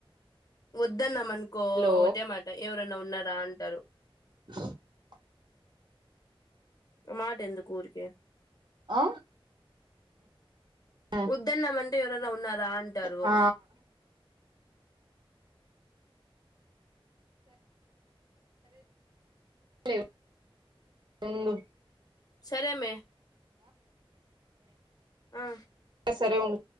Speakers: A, on the left (about 40°); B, on the right (about 50°).
A: వద్దన్నామనుకో
B: హలో
A: ఒకటే మాట ఎవరన్నా ఉన్నారా అంటారు
B: <unintelligible>
A: అ మాట ఎందుకు ఊరికే
B: ఆ ఉమ్,
A: వద్దన్నం అంటే ఎవరనా ఉన్నారా అంటారు
B: ఆ మే ఉండు
A: సరే మే ఆ
B: సరే ఉండు